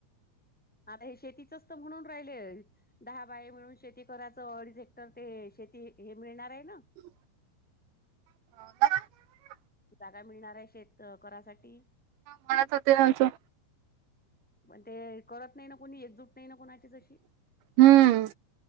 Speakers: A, in the centre; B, on the right (about 75°).
A: आता हे... शेतीचच तर... म्हणून राहिलेय दहा बाय मिळून शेती करायचं... अडीच हेक्टर, ते शेती हे... मिळणार ए ना
B: <unintelligible>
A: जागा मिळणार ए... शेत.. अ.. करासाठी
B: म्हणत होते आमचं
A: पण ते... करत नाई ना कुणी... एकजूट नई ना, कोणाची जशी
B: हम्म